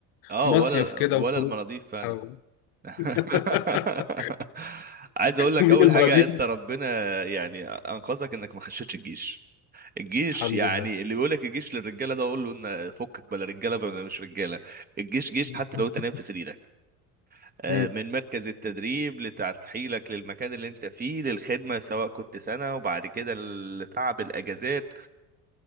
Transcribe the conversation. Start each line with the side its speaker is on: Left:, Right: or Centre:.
Right: اه
Left: مصيف
Right: ولا
Left: كده
Right: ولا
Left: وخروج
Right: المناضيف فعلا
Left: أو-
Right: <laughs>
Left: <laughs>
Right: عايز اقول لك
Left: مين
Right: اول
Left: المالديف
Right: حاجه انت ربنا يعني انقذك انك ما خشيتش الجيش الجيش
Left: الحمد
Right: يعني
Left: لله
Right: اللي بيقول لك الجيش للرجاله ده اقول له ان فكك بلا رجاله بلا مش رجاله الجيش جيش
Left: <laughs>
Right: حتى لو انت نايم في سريرك آه،
Left: مم.
Right: من مركز التدريب لترحيلك للمكان اللي انت فيه للخدمه سواء كنت سنه وبعد كده لتعب الاجازات